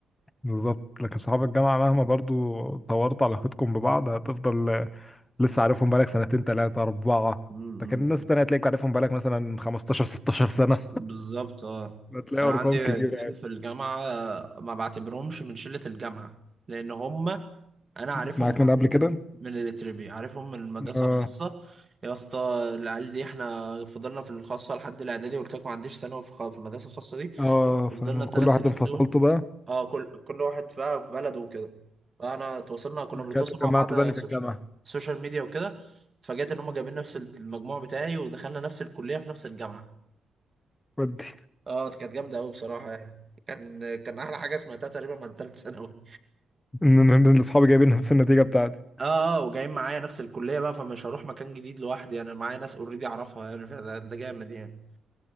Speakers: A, on the left; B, on the right.
A: بالظبط لكن اصحاب الجامعة مهما برضو طورت علاقتكم ببعض هتفضل لسه عارفهم بقالك سنتين تلاتة اربعة
B: امم
A: لكن الناس التانية هتلاقيك عارفهم بقالك مثلا 15 16 سنة
B: بالظبط اه
A: <laughs> هتلاقي
B: انا
A: ارقام
B: عندي
A: كبيرة
B: اتنين
A: يعني
B: في الجامعه آه، ما بعتبرهمش من شله الجامعه لان هم انا عارفهم
A: معاك من قبل كده
B: من الاتربي عارفهم من المدرسه
A: اه
B: الخاصه يا اسطى العيال دي احنا فضلنا في الخاصه لحد الاعدادي قلت لك ما عنديش ثانوي في خ- في المدرسه الخاصه دي
A: اه فكل
B: فضلنا الثلاث
A: واحد
B: سنين
A: انفصلته
B: دول
A: بقى
B: اه كل كل واحد بقى في بلده وكده فانا تواصلنا كنا
A: رجعت
B: بنتواصل
A: اتجمعتوا
B: مع بعض
A: تاني
B: سوشيال
A: في الجامعة
B: سوشيال ميديا وكده اتفاجأت ان هم جايبين نفس المجموع بتاعي ودخلنا نفس الكلية في نفس الجامعة
A: ودي
B: اه كانت جامدة قوي بصراحة يعني كان كان احلى حاجة سمعتها تقريبا من ثالث <laughs> ثانوي
A: ان انا إن اصحابي جايبين نفس النتيجه بتاعتي
B: اه اه وجايين معايا نفس الكلية بقى فمش هروح مكان جديد لوحدي انا معايا ناس اوريدي اعرفها يعني فده ده جامد يعني